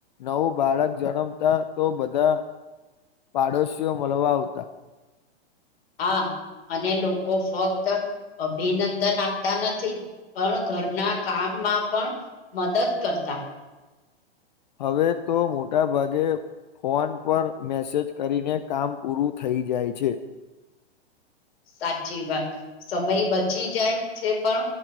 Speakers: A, on the left (about 45°); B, on the left (about 65°).
A: નવું બાળક જન્મતા તો બધા પાડોશીઓ મળવા આવતા
B: હા અને લોકો ફક્ત અભિનંદન આપતા નથી પણ ઘરના કામ માં પણ મદદ કરતા
A: હવે તો મોટા ભાગે ફોન પર મેસેજ કરીને કામ પૂરું થઈ જાય છે
B: સાચી વાત સમય બચી જાય છે પણ